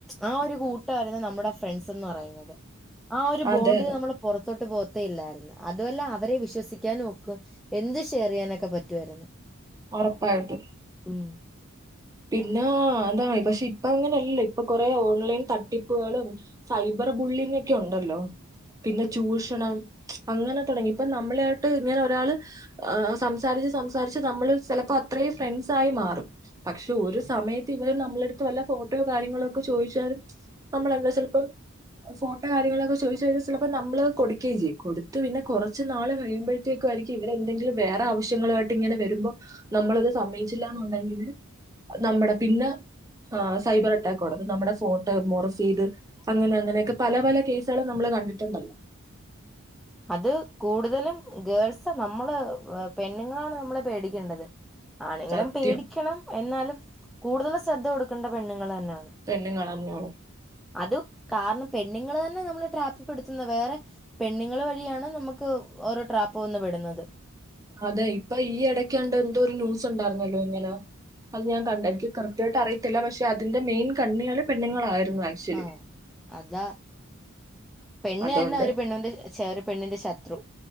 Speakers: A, in the centre; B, on the right.
A: ആ ഒരു കൂട്ട മായിരുന്നു നമ്മുടെ ഫ്രണ്ട്സ്ന്ന് പറയുന്നത് ആ ഒരു ബോണ്ട്
B: അതെ അതെ
A: നമ്മൾ പുറത്തോട്ട് പോ ത്തില്ലായിരുന്നു അതുമല്ല അവരെ വിശ്വസിക്കാനും ഒക്കും എന്തും ഷെയർ ചെയ്യാനൊക്കെ പറ്റുവായിരുന്നു
B: ഉറപ്പായിട്ടും
A: ഉം
B: പിന്ന അതാ പക്ഷെ ഇപ്പ അങ്ങനെയല്ല ഇപ്പൊ കൊറേ ഓൺലൈൻ തട്ടിപ്പുകളും സൈബർ ബുള്ളിങ് ഒക്കെ ഉണ്ടല്ലോ പിന്നെ ചൂഷണം അങ്ങനെ തുടങ്ങി ഇപ്പൊ നമ്മളെ ആയിട്ട് ഇങ്ങനെ ഒരാള് ആ സംസാരിച്ച് സംസാരിച്ച് നമ്മള് ചിലപ്പോ അത്രേ ഫ്രണ്ട്സായി മാറും പക്ഷെ ഒരു സമയത്ത് ഇവര് നമ്മളെടുത്ത് വല്ല ഫോട്ടോ കാര്യങ്ങളോ ഒക്കെ ചോദിച്ചാലും നമ്മളെന്താ ചിലപ്പോ ഫോട്ടോ കാര്യങ്ങളൊക്കെ ചോദിച്ച് കഴിഞ്ഞാ ചിലപ്പോ നമ്മള് കൊടുക്കുകയും ചെയ്യും കൊടുത്ത് പിന്നെ കുറച്ച് നാള് കഴിയുമ്പോഴത്തേക്കും ആയിരിക്കും ഇവരെന്തെങ്കിലും വേറെ ആവശ്യങ്ങളു ആയിട്ട് ഇങ്ങനെ വരുമ്പോ നമ്മളത് സമ്മയിച്ചില്ലന്നുണ്ടെങ്കില് നമ്മുടെ പിന്നെ ആ സൈബർ അറ്റാക്ക് തൊടങ്ങും നമ്മുടെ ഫോട്ടോ മൊർഫെയ്ത് അങ്ങനെ അങ്ങനെയൊക്കെ പല പല കേസുകളും നമ്മള് കണ്ടിട്ടുണ്ടല്ലോ
A: അത് കൂടുതലും ഗേൾസ് നമ്മള് പെണ്ണുങ്ങളാണ് നമ്മളെ പേടിക്കേണ്ടത് ആണുങ്ങളേം
B: സത്യം
A: പേടിക്കണം എന്നാലും കൂടുതൽ ശ്രദ്ധ കൊടുക്കേണ്ട പെണ്ണുങ്ങള് തന്നെയ
B: പെണ്ണുങ്ങളെന്നെയാണ്
A: അത് കാരണം പെണ്ണുങ്ങള് നമ്മള് ട്രാപ്പിൽപ്പെടുത്തുന്ന വേറെ പെണ്ണുങ്ങള് വഴിയാണ് നമുക്ക് ഓരോ ട്രാപ്പ് വന്ന് പെടുന്നത്
B: അതെ ഇപ്പൊ ഈ ഇടക്കാണ്ട് എന്തോ ഒരു ന്യൂസ് ഉണ്ടായിരുന്നല്ലോ ഇങ്ങനെ അത് ഞാൻ കണ്ട എനിക്ക് കറക്റ്റായിട്ട് അറയിത്തില്ല പക്ഷെ അതിന്റെ മെയിൻ കണ്ണികള് പെണ്ണുങ്ങളായിരുന്നു ആക്ച്വലി
A: ആ അതാ പെണ്ണു
B: അതുകൊണ്ട്
A: തന്നെ ഒരു പെണ്ണുന്റെ പെണ്ണിന്റെ ശത്രു